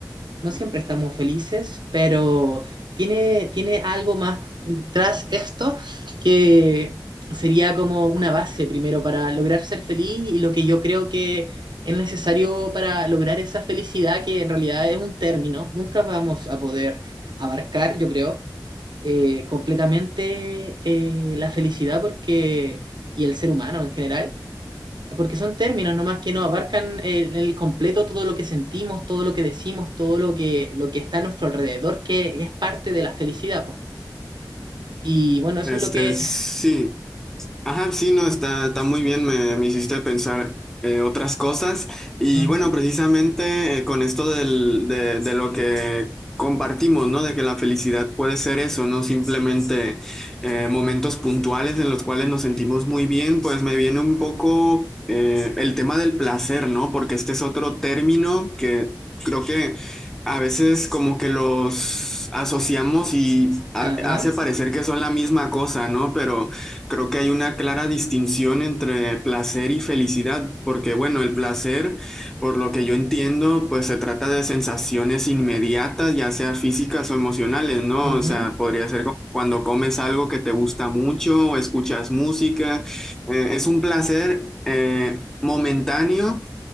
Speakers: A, on the right; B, in the centre.
A: no siempre estamos felices, pero tiene, tiene algo más tras esto que sería como una base primero para lograr ser feliz y lo que yo creo que es necesario para lograr esa felicidad que en realidad es un término. Nunca vamos a poder abarcar, yo creo, eh, completamente eh, la felicidad porque, y el ser humano en general porque son términos nomás que no abarcan el, el completo todo lo que sentimos, todo lo que decimos, todo lo que, lo que está a nuestro alrededor, que es parte de la felicidad, po. Y bueno, eso
B: Este,
A: es lo que...
B: sí. Ajá, sí, no, está, está muy bien, me, me hiciste pensar eh, otras cosas. Y
A: Ujú,
B: bueno, precisamente eh, con esto del- de, de lo que compartimos, ¿no? De que la felicidad puede ser eso, no simplemente eh, momentos puntuales en los cuales nos sentimos muy bien, pues me viene un poco eh, el tema del placer, ¿no? Porque este es otro término que creo que a veces como que los asociamos y ha-
A: ajá,
B: hace parecer que son la misma cosa, ¿no? Pero... Creo que hay una clara distinción entre placer y felicidad, porque bueno, el placer, por lo que yo entiendo, pues se trata de sensaciones inmediatas, ya sea físicas o emocionales, ¿no?
A: ujú,
B: O sea, podría ser como cuando comes algo que te gusta mucho o escuchas música. Eh, es un placer eh, momentáneo